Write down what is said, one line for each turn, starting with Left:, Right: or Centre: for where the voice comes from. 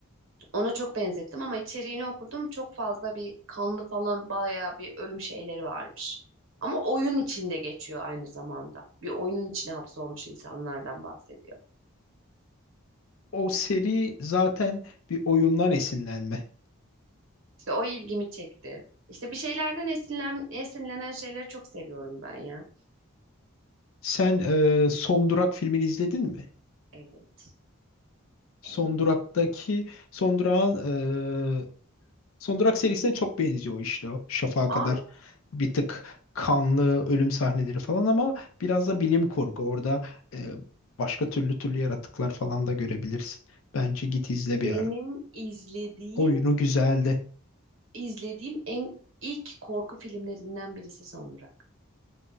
Right: Ona çok benzettim ama içeriğini okudum. Çok fazla bir kanlı falan bayağı bir ölüm şeyleri varmış. Ama oyun içinde geçiyor aynı zamanda. Bir oyunun içine hapsolmuş insanlardan bahsediyor.
Left: O seri zaten bir oyundan esinlenme.
Right: İşte o ilgimi çekti. İşte bir şeylerden esinlen, esinlenen şeyleri çok seviyorum ben ya.
Left: Sen e, Son Durak filmini izledin mi?
Right: Evet.
Left: Son
Right: Evet.
Left: Durak'taki Son Durak'ın e, Son Durak serisine çok benziyor işte o Şafak'a
Right: Aa,
Left: kadar. Bir tık kanlı ölüm sahneleri falan ama biraz da bilim kurgu. Orada e, başka türlü türlü yaratıklar falan da görebilirsin. Bence git izle bir
Right: benim
Left: ara.
Right: izlediğim
Left: Oyunu güzeldi.
Right: izlediğim en ilk korku filmlerinden birisi Son Durak.